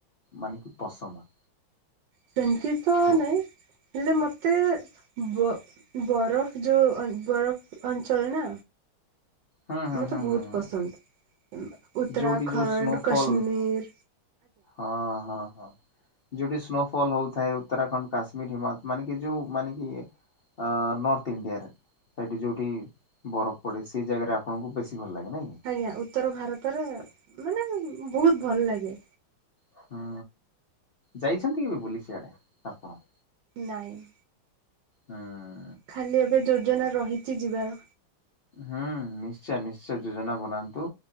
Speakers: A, on the left; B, on the right.
A: ମାନେ କି ପସନ୍ଦ
B: ସେମିତି ତ
A: କୁହ
B: ନାହିଁ ହେଲେ ମତେ ଏତେ ବ ବରଫ ଯୋଉ ବରଫ ଅଞ୍ଚଳ ନା
A: ହୁଁ ହୁଁ
B: ମତେ
A: ହୁଁ
B: ବହୁତ
A: ହୁଁ ହୁଁ
B: ପସନ୍ଦ। ଉତ୍ତରାଖଣ୍ଡ
A: ଯୋଉଠି ଯୋଉ ସ୍ନୋଫଲ
B: କଶ୍ମୀର
A: ହଁ ହଁ ହଁ ଯୋଉଠି ସ୍ନୋ ଫଲ ହଉଥାଏ ଉତ୍ତରାଖଣ୍ଡ କାଶ୍ମୀର ହିମା ମାନେ କି ଯୋଉ ମାନେ କି ଅ ନର୍ଥ ଇଣ୍ଡିଆରେ ସେଇଠି ଯୋଉଠି ବରଫ ପଡେ ସେଇ ଜାଗାରେ ଆପଣଙ୍କୁ ବେଶୀ ଭଲ ଲାଗେ। ନାଇଁ କି
B: ଆଜ୍ଞା ଉତ୍ତର ଭାରତରେ ମାନେ ବହୁତ ଭଲ ଲାଗେ।
A: ହୁଁ ଯାଇଛନ୍ତି କି ବୁଲି ସିଆଡେ ଆପଣ?
B: ନାହିଁ।
A: ହୁଁ।
B: ଖାଲି ଏବେ ଯୋଜନା ରହିଛି ଯିବାର।
A: ହଁ। ନିଶ୍ଚୟ ନିଶ୍ଚୟ ଯୋଜନା ବନାନ୍ତୁ